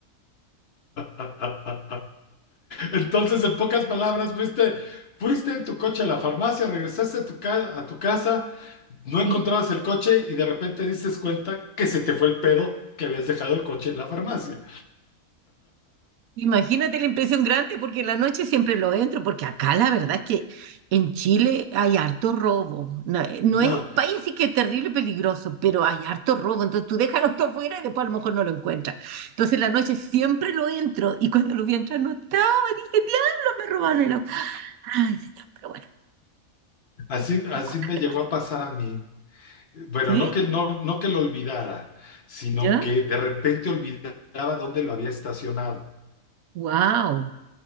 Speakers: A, on the left; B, on the right.
A: <laughs> Entonces, en pocas palabras, fuiste, fuiste en tu coche a la farmacia, regresaste a tu, ca- a tu casa, no encontrabas
B: sí.
A: el coche y de repente dices cuenta que se te fue el pedo que habías dejado el coche en la farmacia.
B: Imagínate la impresión grande, porque en la noche siempre lo entro, porque acá la verdad es que en Chile hay harto robo. No, eh, no
A: No,
B: es un país así que es terrible peligroso, pero hay harto robo. Entonces tú dejas el auto afuera y después a lo mejor no lo encuentras. Entonces en la noche siempre lo entro y cuando lo vi entrar no estaba. Dije, diablo, me robaron el auto. Ay, señor, pero bueno,
A: así,
B: son
A: así
B: cosas
A: me
B: que
A: llegó
B: pasan.
A: a pasar a mí. Bueno,
B: ¿Sí?
A: no que, no, no que lo olvidara, sino
B: ¿Ya?
A: que de repente olvidaba dónde lo había estacionado.
B: ¡Wow!